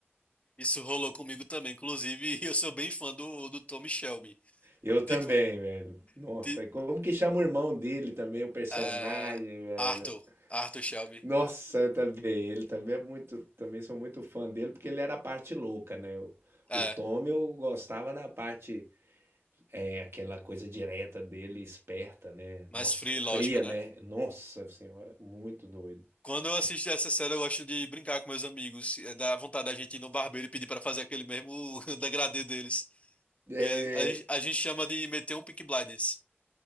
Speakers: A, on the left; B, on the right.
A: Isso rolou comigo também, inclusive. <laughs> Eu sou bem fã do, do Tommy Shelby.
B: Eu também,
A: Tipo,
B: velho. Nossa,
A: ti-
B: e como que chama o irmão dele também, o personagem,
A: é,
B: velho?
A: Arthur. Arthur Shelby.
B: Nossa, eu também. Ele também é muito, também sou muito fã dele porque ele era a parte louca, né? O,
A: É,
B: o Tom eu gostava da parte é aquela coisa direta dele, esperta, né? Nossa,
A: mais free,
B: fria,
A: lógica, né?
B: né? Nossa senhora, muito doido.
A: Quando eu assisto essa série, eu gosto de brincar com meus amigos. É, dá vontade da gente ir no barbeiro e pedir pra fazer aquele mesmo <laughs> degradê deles.
B: É,
A: Que é- a, gente- a gente chama de meter um Peaky Blinders.